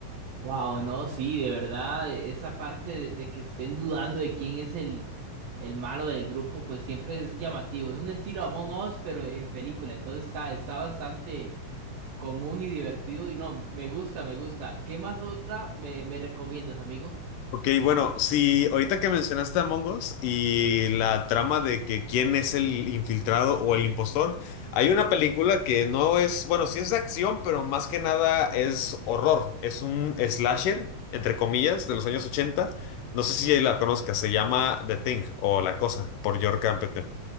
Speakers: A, on the right; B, on the left.
A: Wow, no, sí, de verdad, e- esa parte de, de que estén dudando de quién es el, el malo del grupo, pues siempre es llamativo. Es un estilo Among Us, pero en película, entonces está, está bastante común y divertido. Y no, me gusta, me gusta. ¿Qué más otra me, me recomiendas, amigo?
B: Ok, bueno, si ahorita que mencionaste a Mongos y la trama de que quién es el infiltrado o el impostor, hay una película que no es, bueno, sí es de acción, pero más que nada es horror. Es un slasher, entre comillas, de los años ochenta No sé si la conozcas, se llama The Thing o La Cosa, por York Carpenter.